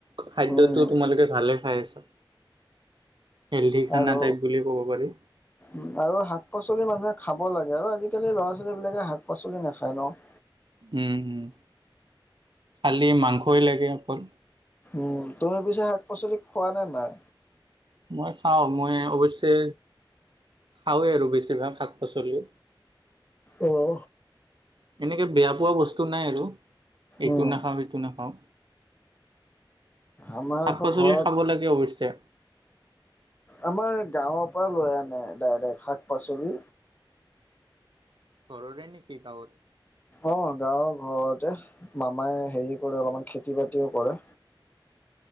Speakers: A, on the right; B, on the left.
A: খাদ্যটো
B: উম
A: তোমালোকে ভালে খাই আছা। হেল্ডি খানা
B: আৰু,
A: টাইপ বুলি ক'ব পাৰি।
B: উ-আৰু শাক-পাচলি মানুহে খাব লাগে আৰু আজিকালি ল'ৰা-ছোৱালীবিলাকে শাক-পাচলি নাখাই ন'?
A: উম, উম। খালি মাংসই লাগে অকল।
B: উম, তুমি পিছে শাক-পাচলি খোৱা নে নাই?
A: মই খাওঁ। মই অৱশ্যে খাওঁৱেই আৰু বেছিভাগ শাক-পাচলিও।
B: অহ।
A: এনেকে বেয়া পোৱা বস্তু নাই আৰু, এইটো
B: উম
A: নাখাওঁ সেইটো নাখাওঁ।
B: আমাৰ
A: শাক-পাচলি
B: আকৌ ঘৰত
A: খাব লাগে অৱশ্যে।
B: আমাৰ গাঁৱৰ পৰা লৈ আনে ডাইৰেক্ট, শাক-পাচলি।
A: ঘৰৰে নেকি গাঁৱত।
B: অ' গাঁৱৰ ঘৰতে মামাই হেৰি কৰে অলপমান খেতি বাতিও কৰে।